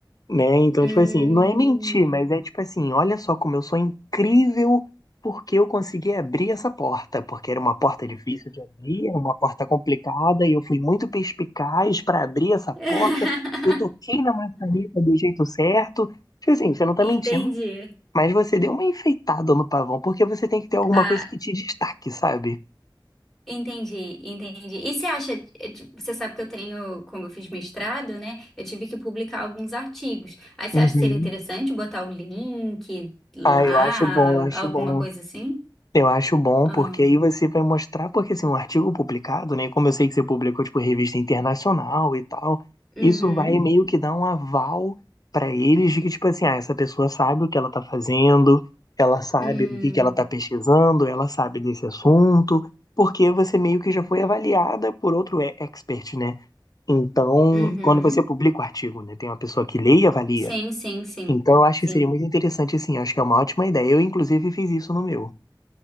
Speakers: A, on the left; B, in the centre.
A: né? Então,
B: Hum.
A: tipo assim, não é mentir, mas é tipo assim: olha só como eu sou incrível porque eu consegui abrir essa porta. Porque era uma porta difícil de abrir, era uma porta complicada, e eu fui muito perspicaz para abrir essa
B: <laughs>
A: porta. Eu toquei na maçaneta do jeito certo. Tipo assim, você não tá
B: Entendi.
A: mentindo. Mas você deu uma enfeitada no pavão, porque você tem que ter alguma
B: Ah,
A: coisa que te destaque, sabe?
B: Entendi, entendi. E você acha, é, ti- você sabe que eu tenho, como eu fiz mestrado, né? Eu tive que publicar alguns artigos. Aí você
A: Uhum.
B: acha que seria interessante botar o link lá,
A: Ah, eu acho bom, eu acho
B: alguma
A: bom.
B: coisa assim?
A: Eu acho bom,
B: Ah,
A: porque aí você vai mostrar, porque assim, um artigo publicado, né? Como eu sei que você publicou, tipo, revista internacional e tal,
B: uhum,
A: isso vai meio que dar um aval pra eles de que, tipo assim, ah, essa pessoa sabe o que ela tá fazendo, ela sabe
B: hum,
A: do que que ela tá pesquisando, ela sabe desse assunto, porque você meio que já foi avaliada por outro e- expert, né? Então,
B: uhum.
A: quando você publica o artigo, né, tem uma pessoa que lê e avalia.
B: Sim, sim, sim,
A: Então, eu acho
B: sim.
A: que seria muito interessante, sim. Acho que é uma ótima ideia. Eu, inclusive, fiz isso no meu.